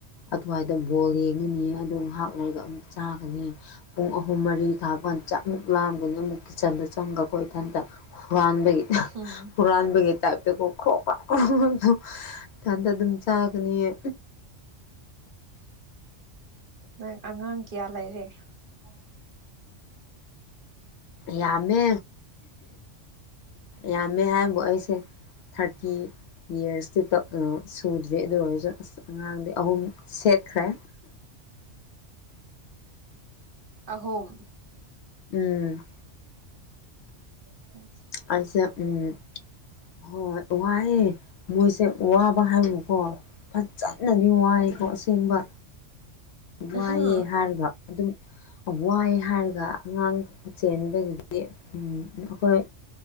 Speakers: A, on the left; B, on the right.
A: ꯑꯗꯨꯋꯥꯏꯗ ꯕꯣꯜ ꯌꯦꯡꯉꯅꯤ ꯑꯗꯨ ꯉꯍꯥꯛ ꯂꯩꯔꯒ ꯑꯃꯨꯛ ꯆꯥꯒꯅꯤ ꯄꯨꯡ ꯑꯍꯨꯝ ꯃꯔꯤ ꯊꯥꯕꯄꯥꯟꯗ ꯆꯥꯛꯃꯨꯛ ꯂꯥꯝꯒꯅꯤ ꯑꯃꯨꯛ ꯀꯤꯠꯆꯟꯗ ꯆꯪꯒꯀꯣ ꯏꯊꯟꯇ ꯍꯨꯔꯥꯟꯕꯒꯤ
B: ꯎꯝ
A: ꯍꯨꯔꯥꯟꯕꯒꯤ ꯇꯥꯏꯞꯇ ꯀꯣ ꯈ꯭ꯔꯣ ꯀꯣ ꯇꯧ ꯊꯟꯗ ꯑꯗꯨꯝ ꯆꯥꯒꯅꯤꯌꯦ
B: ꯅꯪ ꯑꯉꯥꯡ ꯀꯌꯥ ꯂꯩꯔꯦ? ꯑ
A: ꯌꯥꯝꯃꯦ ꯌꯥꯝꯃꯦ ꯍꯥꯏꯕꯨ ꯑꯩꯁꯦ ꯊꯥꯔꯇꯤ ꯌꯔꯁꯇꯤ ꯇꯣꯛ ꯑ ꯁꯨꯗ꯭ꯔꯤ ꯑꯗꯨ ꯑꯣꯏꯔꯁꯨ ꯑꯁ ꯑꯉꯥꯡꯗꯤ ꯑꯍꯨꯝ ꯁꯦꯠꯈ꯭ꯔꯦ
B: ꯑꯍꯨꯝ
A: ꯎꯝ
B: ꯍ
A: ꯑꯩꯁꯦ ꯎꯝ ꯍꯣꯏ ꯋꯥꯌꯦ ꯃꯣꯏꯁꯦ ꯋꯥꯕ ꯍꯥꯏꯕꯨꯀꯣ ꯐꯖꯅꯗꯤ ꯋꯥꯏꯀꯣ
B: ꯎꯝ
A: ꯑꯁꯦꯡꯕ ꯋꯥꯏꯌꯦ
B: ꯑꯍ
A: ꯍꯥꯏꯔꯒ ꯑꯗꯨꯝ ꯋꯥꯏ ꯍꯥꯏꯔꯒ ꯑꯉꯥꯡ ꯆꯦꯟꯕꯒꯤꯗꯤ ꯎꯝ ꯑꯩꯈꯣꯏ